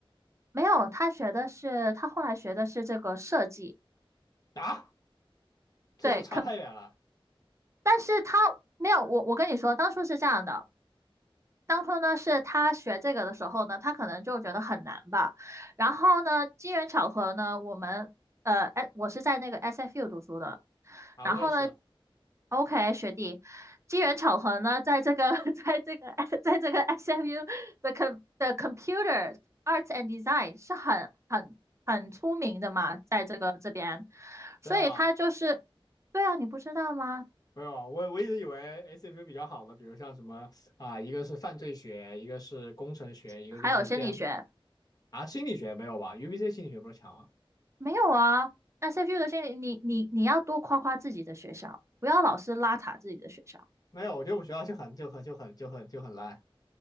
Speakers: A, on the right (about 30°); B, on the left (about 40°).
A: 没有，他学的是他后来学的是这个设计，
B: 啊，这是不是差太远了
A: 对可，但是他没有，我我跟你说，当初是这样的，当初呢，是他学这个的时候呢，他可能就觉得很难吧。然后呢，机缘巧合呢，我们呃，哎，我是在那个 SFU 读书的。
B: 啊？
A: 然后呢
B: 我也是，
A: ，OK，学弟，机缘巧合呢，在这个 <laughs> 在这个 <laughs> 在这个 SFU 的 com 的 Computer Arts and Design 是很很很出名的嘛，在这个这边，所以他就是，
B: 真的吗？
A: 对啊，你不知道吗？
B: 没有啊，我我一直以为 ACP 比较好的，比如像什么啊，一个是犯罪学，一个是工程学，一个就是电
A: 还有心理学。
B: 啊心理学没有吧？UBC 心理学不是强吗？
A: 没有啊，SFU 那的心理，你你你要多夸夸自己的学校，不要老是拉垮自己的学校，
B: 没有，我觉得我们学校就很就很就很就很就很烂。